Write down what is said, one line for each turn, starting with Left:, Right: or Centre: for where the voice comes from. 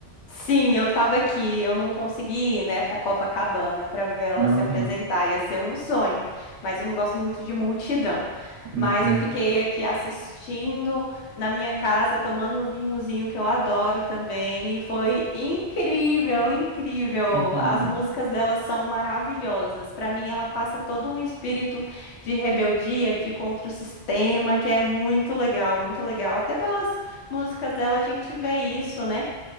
Left: Sim, eu tava aqui, eu não consegui ir, né, pra Copacabana pra ver ela
Right: Aham,
Left: se apresentar, ia ser um sonho, mas eu não gosto muito de multidão.
Right: entendo.
Left: Mas eu fiquei aqui assistindo na minha casa, tomando um vinhozinho que eu adoro também, e foi incrível, incrível.
Right: Hum,
Left: As músicas dela são maravilhosas. Pra mim, ela passa todo um espírito de rebeldia, de contra o sistema, que é muito legal, muito legal. Até pelas músicas dela a gente vê isso, né?